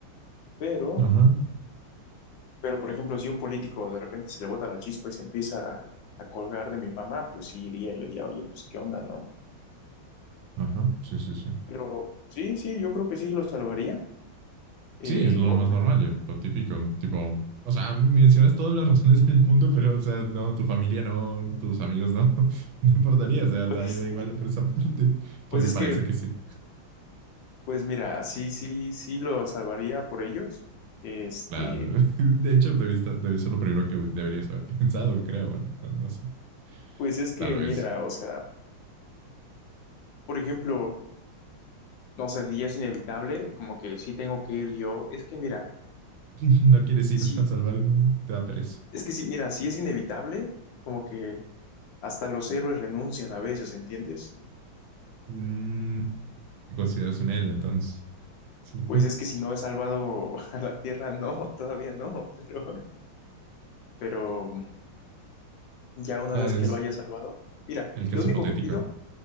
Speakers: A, on the left; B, on the right.
A: Pero,
B: Ajá,
A: pero por ejemplo, si un político de repente se le bota la chispa y se empieza a, a colgar de mi fama, pues sí iría y le diría, oye, pues qué onda, ¿no?
B: ajá, sí, sí, sí.
A: Pero sí, sí, yo creo que sí lo salvaría. Eh,
B: Sí, es lo
A: obviamente,
B: más normal, yo, lo típico, tipo, o sea, mencionas todas las razones del mundo, pero, o sea, no, tu familia no, tus amigos no, <laughs> no importaría, o sea,
A: pues,
B: da, da igual por esa parte,
A: <laughs>
B: porque
A: pues es
B: parece
A: que,
B: que sí.
A: pues mira, sí, sí, sí lo salvaría por ellos. Este,
B: Claro, <laughs> de hecho, debiste, debe ser lo primero que deberías haber pensado, creo, bueno, no, no sé,
A: pues es que,
B: tal vez.
A: mira, o sea, por ejemplo. No sé, si ya es inevitable, como que sí tengo que ir yo. Es que mira,
B: <laughs> No quieres ir
A: sí,
B: a salvar el mundo, te da pereza.
A: es que sí, mira, si es inevitable, como que hasta los héroes renuncian a veces, ¿entiendes?
B: Mm, te consideras un héroe, entonces, sí.
A: Pues
B: <laughs>
A: es que si no he salvado <laughs> a la Tierra, no, todavía no, pero, pero ya una
B: Claro,
A: vez que
B: es
A: lo haya salvado, mira,
B: el caso
A: lo único
B: hipotético.
A: que pido,